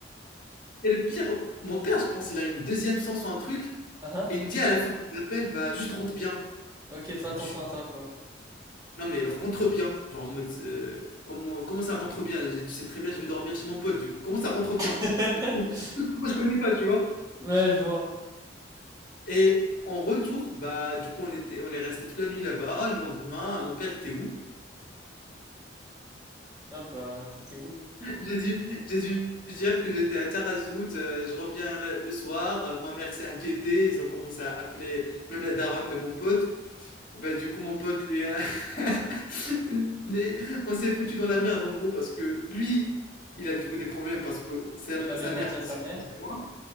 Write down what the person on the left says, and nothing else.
Et le pire, mon père, je pense, il a une deuxième sens ou un truc.
Et il me dit à la fin de l'appel, bah, juste rentre bien.
Moi,
je suis
là,
non, mais rentre bien. Genre en mode, euh, comment, comment ça rentre bien? Tu sais très bien, je vais dormir chez mon pote, du coup. Comment ça rentre bien?
Du coup, Moi, je connais pas, tu vois.
Et en retour, bah, du coup, on était, on est resté toute la nuit là-bas. Le lendemain, mon père était où?
J'ai dû, j'ai dû dire que j'étais à Tarazout, euh, je reviens le, le soir, euh, ma mère s'est inquiétée, ils ont commencé à appeler même la daronne de mon pote. Bah, du coup, mon pote, lui, a- <laughs> les- on s'est foutu dans la merde en gros parce que lui, il a du coup des problèmes parce que sa, m-
sa
mère pensait
que c'était moi.